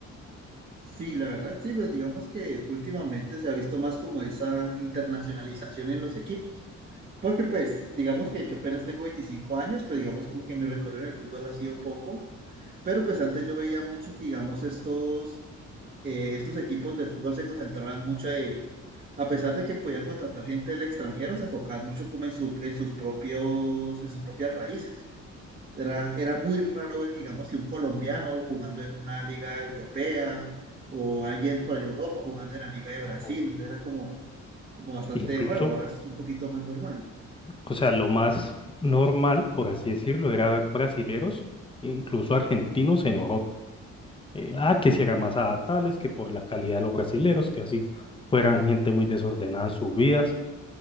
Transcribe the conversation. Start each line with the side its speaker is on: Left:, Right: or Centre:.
Right: Sí, la verdad, sí, pues digamos que últimamente se ha visto más como esa internacionalización en los equipos. Porque pues, digamos que yo apenas tengo 25 años, pues digamos como que mi recorrido en el fútbol ha sido poco. Pero pues antes yo veía mucho que, digamos, estos, eh, estos equipos de fútbol se concentraban mucho en, a pesar de que podían contratar gente del extranjero, se enfocaban mucho como en su, en sus propios, en sus propias raíces. Era, era muy raro ver, digamos, si un colombiano jugando en una liga europea o alguien por ahí de Europa jugando en la liga de Brasil.
Left: O
Right: Entonces era como, como bastante
Left: Incluso,
Right: raro. Ahora es un poquito más normal.
Left: o sea, lo más normal, por así decirlo, era ver brasileros, incluso argentinos en Europa. Eh, ah, que si era más adaptables que por la calidad de los brasileros, que así fueran gente muy desordenada en sus vidas.